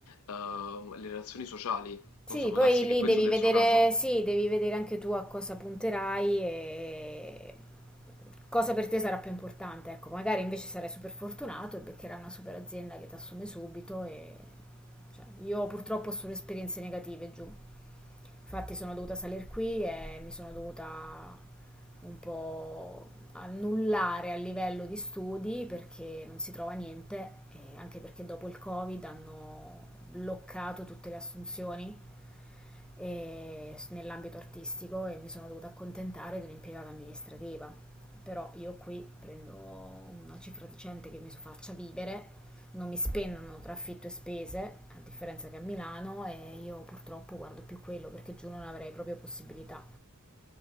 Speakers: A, on the left; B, in the centre.
A: eh, le relazioni sociali.
B: Sì,
A: Non so, può
B: poi
A: darsi
B: lì
A: che questo
B: devi
A: sia
B: vedere,
A: il suo caso.
B: sì, devi vedere anche tu a cosa punterai e cosa per te sarà più importante. Ecco, magari invece sarai super fortunato e beccherai una super azienda che ti assume subito e cioè, io purtroppo ho solo esperienze negative giù. Infatti sono dovuta salire qui e mi sono dovuta un po' annullare a livello di studi perché non si trova niente e anche perché dopo il Covid hanno bloccato tutte le assunzioni e- nell'ambito artistico e mi sono dovuta accontentare di un'impiegata amministrativa. Però io qui prendo una cifra decente che mi faccia vivere, non mi spennano tra affitto e spese, a differenza che a Milano, e io purtroppo guardo più quello perché giù non avrei proprio possibilità.